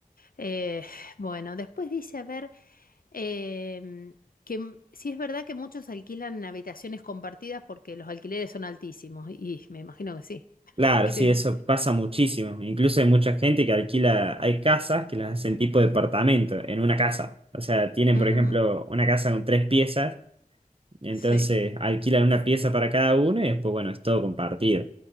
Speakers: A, on the left; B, on the right.
A: Eh, bueno, después dice, a ver, em, que m- sí es verdad que muchos alquilan habitaciones compartidas porque los alquileres son altísimos, y me imagino que sí. <laughs>
B: Claro,
A: Que,
B: sí, eso pasa muchísimo. Incluso hay mucha gente que alquila, hay casas que las hacen tipo departamento en una casa. O sea, tienen,
A: mm,
B: por ejemplo, una casa con tres piezas, entonces
A: sí,
B: alquilan una pieza para cada uno y después, bueno, es todo compartido.